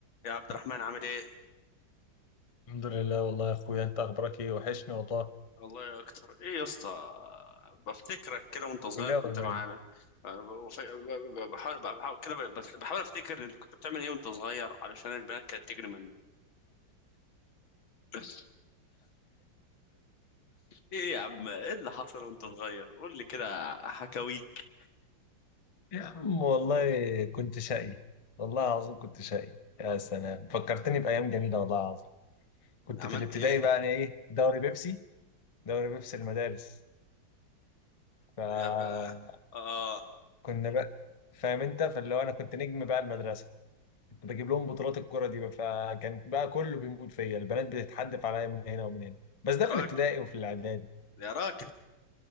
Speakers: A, on the left (about 85°); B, on the left (about 35°).
A: يا عبد الرحمن عامل ايه؟
B: الحمد لله والله يا اخويا انت اخبارك ايه وحشني والله
A: والله يا اكتر ايه يا اسطى بفتكرك كده وانت صغير
B: كلية
A: كنت
B: ولا
A: معانا
B: نايم
A: أنا ب- بف- ب- ب- بحاول بحاول كده ب- بف- بحاول افتكر انت كنت بتعمل ايه وانت صغير علشان البنات كانت تجري منك <laughs> ايه يا عم ايه اللي حصل وانت صغير قول لي كده حكاويك
B: يا عم والله كنت شقي والله العظيم كنت شقي يا سلام فكرتني بايام جميله والله العظيم كنت
A: عملت
B: في الابتدائي
A: ايه
B: بقى انا ايه دوري بيبسي دوري بيبسي المدارس فكنا
A: يا ر... اه
B: بقى فاهم انت فاللي هو انا كنت نجم بقى المدرسه كنت بجيب لهم بطولات الكره دي بقى فكان بقى كله بيموت فيا البنات بتتحدف عليا من هنا ومن هنا بس ده
A: يا راجل
B: في الابتدائي وفي الاعدادي
A: يا راجل